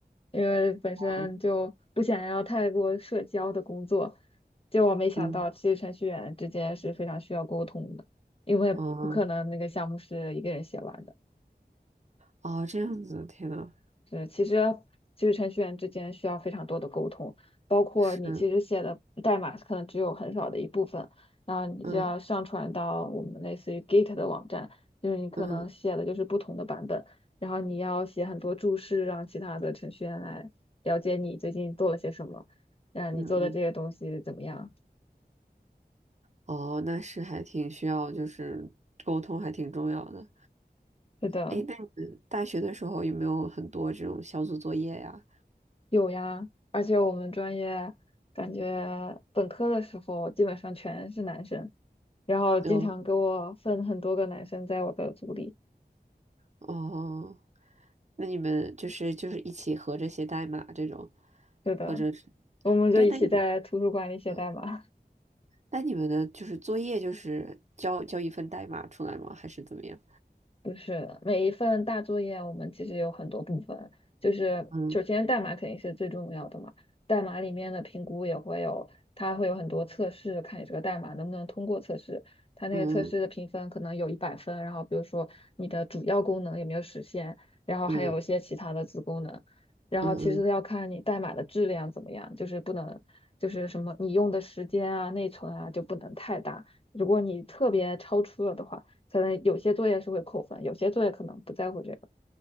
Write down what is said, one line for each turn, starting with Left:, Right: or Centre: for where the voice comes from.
Left: 因为本身就不想要太过社交的工作，
Right: 嗯
Left: 结果没想到其实程序员之间是非常需要沟通的，
Right: 嗯
Left: 因为不可能那个项目是一个人写完的。
Right: 哦哦，这样子，天呐，
Left: 对，其实其实程序员之间需要非常多的沟通，包括你其实写的代码可能只有很少的一部分，
Right: 是
Left: 然后你就要上传到我们类似于
Right: 嗯
Left: Git 的网站，就是你可能写的就是不同的版本，
Right: 嗯
Left: 然后你要写很多注释，让其他的程序员来了解你最近做了些什么，让你做的这些东西怎么样。
Right: 嗯嗯哦，那是还挺需要就是沟通还挺重要的。
Left: 是的，
Right: 哎，那你们大学的时候有没有很多这种小组作业呀？
Left: 有呀，而且我们专业感觉本科的时候基本上全是男生。然后经常给我分很多个男生在我的组里。
Right: 有哦。那你们就是就是一起合着写代码这种，
Left: 是的，
Right: 或者是
Left: 我们就一起在图书馆里写代码。
Right: 对，那你们嗯，那你们的就是作业就是交交一份代码出来吗？还是怎么样？
Left: 不是，每一份大作业我们其实有很多部分，就是首先代码肯定是最重要的嘛，
Right: 嗯
Left: 代码里面的评估也会有，它会有很多测试，看你这个代码能不能通过测试。它那个测试的评分可能有一百分，
Right: 嗯
Left: 然后比如说你的主要功能有没有实现，然后还有一些其他的子功能，
Right: 嗯
Left: 然后其实要看你代码的质量怎么样，
Right: 嗯嗯
Left: 就是不能就是什么你用的时间啊、内存啊就不能太大，如果你特别超出了的话。可能有些作业是会扣分，有些作业可能不在乎这个。